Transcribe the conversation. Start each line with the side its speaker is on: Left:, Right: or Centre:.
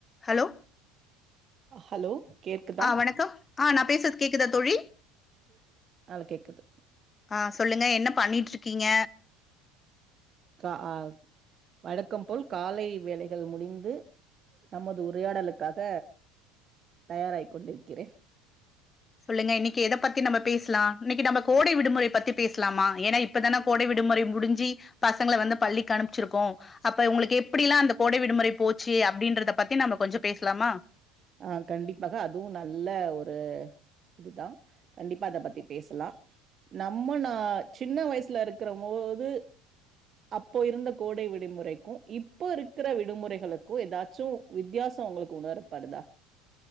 Left: Hello
Right: hello கேக்குதா
Left: ஆஹ் வணக்கம் ஆஹ் நா பேசுறது கேக்குதா தோழி
Right: நால கேக்குது
Left: ஆஹ் சொல்லுங்க என்ன பண்ணிட்டு இருக்கீங்க
Right: கா ஹ் வழக்கம் போல் காலை வேலைகள் முடிந்து நமது உரையாடலுக்காக தயாராய் கொண்டிருக்கிறேன்
Left: சொல்லுங்க இன்னைக்கு எத பத்தி நம்ம பேசலா இன்னைக்கு நம்ம கோடை விடுமுறை பத்தி பேசலாமா ஏன்னா இப்பதானே கோடை விடுமுறை முடிஞ்சு பசங்களை வந்து பள்ளிக்கு அனுப்பிச்சிருக்கோ அப்ப உங்களுக்கு எப்டிலா அந்த கோடை விடுமுறை போச்சு அப்படின்றத பத்தி நம்ம கொஞ்ச பேசலாமா
Right: ஆஹ் கண்டிப்பாக அதுவு நல்ல ஒரு இதுதா கண்டிப்பா அத பத்தி பேசலா நம்ம நா சின்ன வயசுல இருக்கிற போது அப்போ இருந்த கோடை விடுமுறைக்கு இப்போ இருக்கிற விடுமுறைகளுக்கு ஏதாச்சு வித்தியாச உங்களுக்கு உணரப்படுதா